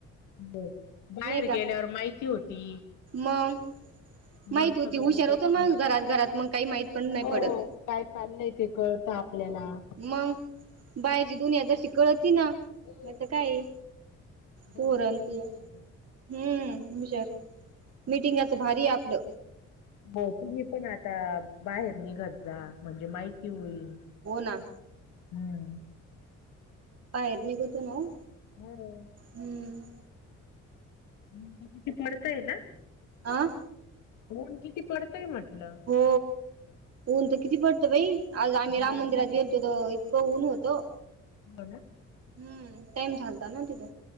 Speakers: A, on the left; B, on the right.
A: हो, बाहेर
B: नाही का
A: गेल्यावर माहिती होती.
B: मग, माहिती
A: मग
B: होती
A: सगळं
B: हुशार
A: जग
B: होतो
A: म्हणजे
B: मग, घरात घरात मग काही माहित पण नाही
A: हो
B: पडत.
A: काय चाललंय ते कळतं आपल्याला.
B: मंग, बाह्येरची दुनिया जशी कळती ना.
A: हो
B: नाही तं काये,
A: घरात
B: पोरं अं
A: राहून
B: ते.
A: काय
B: हुं
A: ग.
B: विचार मीटिंगाचं भारीये आपलं.
A: बॉ तुम्ही पण आता बाहेर निघत जा, म्हणजे माहिती होईल.
B: हों ना.
A: हुं.
B: बाहेर निघतो नावो
A: हॅलो
B: हुंम
A: ऊन तं किती पडतयं ना?
B: आं
A: ऊन किती पडतंय म्हटलं.
B: हो ऊन तर किती पडतं बई, आज आम्ही
A: हो.
B: राम मंदिरात गेलतो तर इ तं ऊन होतं.
A: <unintelligible>
B: हुं टाईम झालता ना तिथं.